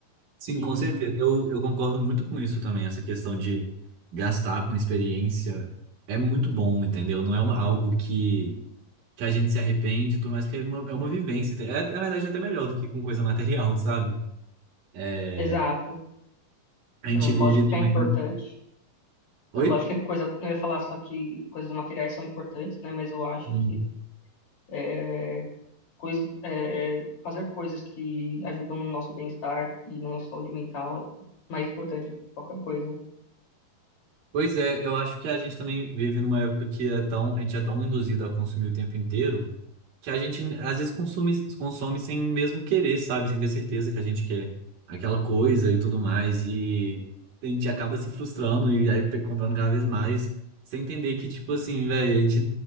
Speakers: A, on the right (about 65°); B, on the left (about 50°).
A: Sim,
B: E,
A: com certeza. Eu, eu concordo muito com isso também, essa questão de gastar com experiência é muito bom, entendeu? Não é uma- algo que, que a gente se arrepende e tudo mais, porque é uma, é uma vivência. É, na verdade, é até melhor do que com coisa material, <laughs> sabe? É,
B: exato.
A: a gente
B: É, Lógico
A: vive
B: que
A: também.
B: é importante.
A: Oi?
B: É, Lógico que é coisa, não ia falar só que coisas materiais são importantes, né? Mas eu acho
A: Hum.
B: que eh, coisa, é, fazer coisas que ajudam no nosso bem-estar e na nossa saúde mental é mais importante do que qualquer coisa.
A: Pois é, eu acho que a gente também vive numa época que é tão, a gente é tão induzido a consumir o tempo inteiro. que a gente às vezes consome, consome sem mesmo querer, sabe? Sem ter certeza que a gente quer aquela coisa e tudo mais. E a gente acaba se frustrando e aí pe- comprando cada vez mais, sem entender que, tipo assim, velho, a gente